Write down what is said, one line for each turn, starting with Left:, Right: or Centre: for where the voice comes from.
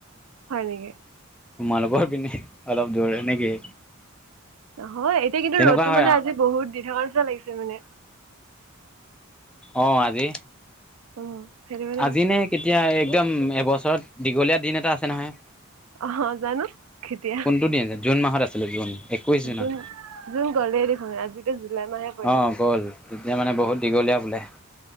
Right: হয় নেকি?
Centre: তোমালোকৰ পিনে অলপ দূৰ নেকি?
Right: নহয় এতিয়া কিন্তু
Centre: তেনেকুৱা
Right: ৰ'দটো
Centre: হয়
Right: মানে আজি বহুত দি থকা নিচা লাগিছে মানে
Centre: অহ আজি।
Right: উম সেইটো কাৰণে
Centre: আজি
Right: কৈছো।
Centre: নে কেতিয়া একদম এবছৰত দীঘলীয়া দিন এটা আছে নহয়।
Right: অহ জানো কেতিয়া
Centre: কোনটো দিন জুন মাহত আছিলে জুন একৈছ জুনত
Right: জুন জুন গ'লেই দেখোন আজিতো জুলাই মাহে পৰিলেহি।
Centre: অঁ গ'ল তেতিয়া মানে বহুত দীঘলীয়া বোলে